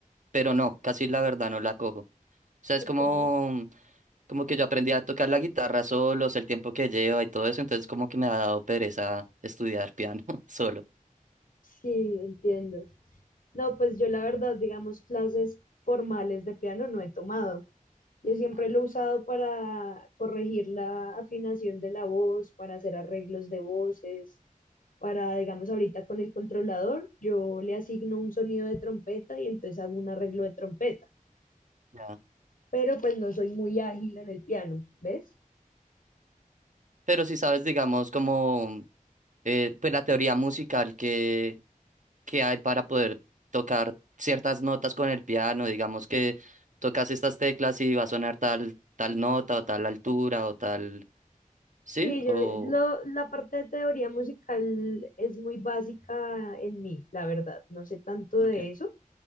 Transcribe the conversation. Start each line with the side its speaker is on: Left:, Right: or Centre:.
Right: pero no, casi la verdad no la cojo. O sea, es
Left: ok.
Right: como, como que yo aprendí a tocar la guitarra solos, el tiempo que lleva y todo eso, entonces como que me ha dado pereza estudiar piano <laughs> solo.
Left: Sí, entiendo. No, pues yo la verdad, digamos, clases formales de piano no he tomado. Yo siempre
Right: Ah, ¿no?
Left: lo he usado para corregir la afinación de la voz, para hacer arreglos de voces, para, digamos, ahorita con el controlador, yo le asigno un sonido de trompeta y entonces hago un arreglo de trompeta,
Right: Ya.
Left: pero pues no soy muy ágil en el piano, ¿ves?
Right: Pero si sabes, digamos, como eh, pues la teoría musical que, que hay para poder tocar ciertas notas con el piano, digamos que tocas estas teclas y va a sonar tal, tal nota o tal altura o tal, ¿sí?
Left: Sí, yo
Right: O,
Left: lo- la parte de teoría musical es muy básica en mí, la verdad, no sé tanto de
Right: ok,
Left: eso.